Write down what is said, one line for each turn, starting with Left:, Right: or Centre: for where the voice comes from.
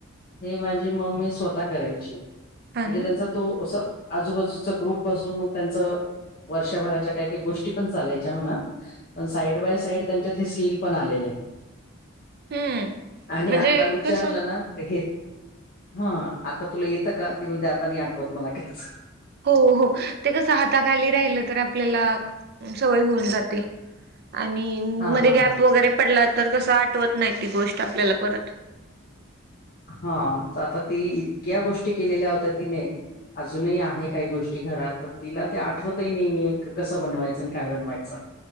Left: हे माझी मम्मी स्वतः करायची म्हणजे
Right: हा ना.
Left: त्यांच तो असं आजूबाजूचा ग्रुप बसून मग त्यांचं वर्षभराच्या काही काही गोष्टी पण चालायच्या म्हणा पण साईड बाय साईड त्यांच्यात हे स्किल पण आलेले
Right: हम्म
Left: आणि
Right: म्हणजे
Left: आता विचारलं
Right: कसं
Left: ना हे हा आता तुला येतं का ती म्हणते आता मी आठवत मला कच
Right: हो हो ते कसं हाताखाली राहिलं तर आपल्याला सवय होऊन जाते आणि
Left: हा
Right: मध्ये
Left: हा
Right: गॅप वगैरे पडला तर कसा आठवत नाही ती गोष्ट आपल्याला परत
Left: हा आता ती इतक्या गोष्टी केलेल्या होत्या तिने अजूनही आहे काही गोष्टी घरात तर तिला ते आठवतही नाही कसं बनवायचं आणि काय बनवायचं